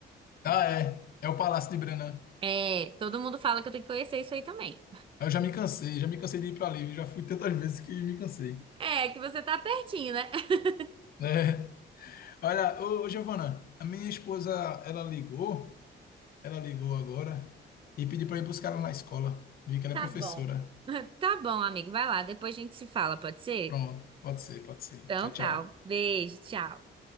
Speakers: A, on the left; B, on the right.
A: Ah, é. É o Palácio de Brenan.
B: É, todo mundo fala que eu tenho que conhecer isso aí também.
A: Eu já me cansei, já me cansei de ir para ali, já fui tantas vezes que me cansei.
B: É, que você tá pertinho, né? <laughs>
A: É. Olha, ô, Giovana, a minha esposa, ela ligou, ela ligou agora e pediu para ir buscar ela na escola. Vi que ela
B: Tá
A: é professora.
B: bom. <laughs> Tá bom, amigo, vai lá, depois a gente se fala, pode ser?
A: Pronto, pode ser, pode ser.
B: Então
A: Tchau,
B: tá.
A: tchau.
B: um Beijo, tchau.